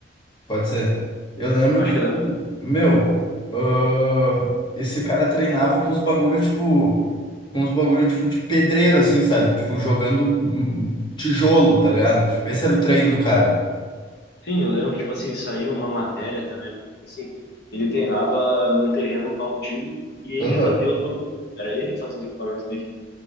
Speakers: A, on the left; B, on the left.
A: Pode ser. Eu lembro
B: Acho
A: que,
B: que
A: tipo,
B: é da.
A: meu, ah, esse cara treinava com os bagulho, tipo, com os bagulho, tipo, de pedreiro, assim, sabe? Tipo, jogando hum, hum, tijolo, tá ligado? Tipo, esse era o treino do cara.
B: Sim, eu lembro que, tipo assim, saiu uma matéria até na época, que, tipo assim, ele treinava num terreno baldio e
A: Aham.
B: ele fazia os bagulhos. Era ele que fazia os equipamentos dele.